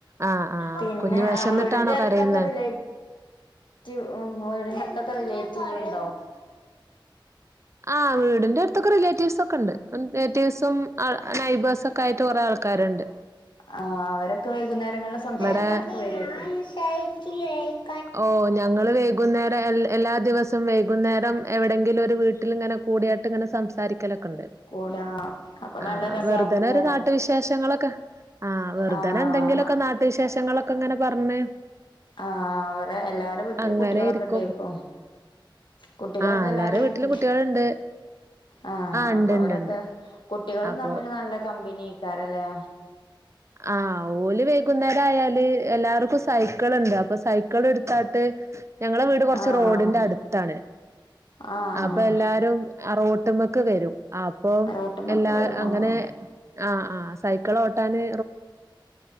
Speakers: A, on the right; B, on the left.
A: ആഹ് ആഹ്
B: പിന്നെ
A: കുഞ്ഞ് വെശന്നിട്ടാണോ
B: ആ വീടിന്റെ അടുത്തൊക്കെ
A: കരയുന്നെ
B: റിലേറ്റ് റ്റീവ് റിലേറ്റീവ് ഇണ്ടോ
A: ആഹ് വീടിന്റെ അടുത്തൊക്കെ റിലേറ്റീവ്സ് ഒക്കെ ഉണ്ട് നേറ്റീവ്സും നൈബേഴ്‌സും ഒക്കെ ആയിട്ട് കൊറേ ആൾക്കാരുണ്ട്
B: ആ അവരൊക്കെ വൈകുന്നേരങ്ങളിൽ സംസാരിക്കാനൊക്കെ
A: ഇവിടെ
B: വരുവാരിക്കും
A: ഓ ഞങ്ങള് വൈകുന്നേ ടെ എല്ലാ ദിവസോം വൈകുന്നേരം എവിടെങ്കിലും ഒരു വീട്ടിൽ ഇങ്ങനെ കൂടിയാട്ട് ഇങ്ങനെ സംസാരിക്കലൊക്കേ ക്കൊണ്ട്
B: കൂടാ അപ്പൊ നല്ല
A: ആ
B: രസാവൂല്ലേ
A: വെറുതെനെ ഓരോ നാട്ടു വിശേഷങ്ങളൊക്കെ ആ വെറുതേനെ
B: ആഹ്
A: എന്തെങ്കിലുവൊക്കെ നാട്ടുവിശേഷങ്ങളൊക്കെ ഇങ്ങനെ പറഞ്ഞ്
B: ആ വർ അതേ എല്ലാരേം വീട്ടിൽ
A: അങ്ങനെ
B: കുട്ടികളൊക്കെ
A: ഇരിക്കും
B: ഇണ്ടേ ക്കും കുട്ടികളൊക്കെ
A: ആ എല്ലാരെ
B: എല്ലാരേം
A: വീട്ടിലും
B: വീട്ടിൽ
A: കുട്ടികളുണ്ട്
B: ആ
A: ഉണ്ട്
B: അപ്പൊ അവരൊക്കെ
A: ഉണ്ട് ഉണ്ട്
B: കുട്ടികളും
A: അപ്പൊ
B: തമ്മില് നല്ല കമ്പനി ക്കാരല്ലേ
A: ആ ഓല് വൈകുന്നേരം ആയാല് എല്ലാവർക്കും സൈ ക്കിൾ ഇണ്ട് അപ്പൊ സൈക്കിൾ എടുത്താട്ട് ഞങ്ങടെ വീട് കൊറച്ച്
B: ആഹ്
A: റോഡിന്റെ അടുത്താണ്
B: ആഹ്
A: അപ്പൊ എല്ലാരും റോട് ട്ട്മേക്ക് വരും അപ്പം
B: ആഹ് റോട്ട്മ്മക്ക്
A: എല്ലാ
B: വരും
A: അങ്ങനെ
B: ആഹ്
A: ആ ആ സൈക്കിൾഓട്ടാന്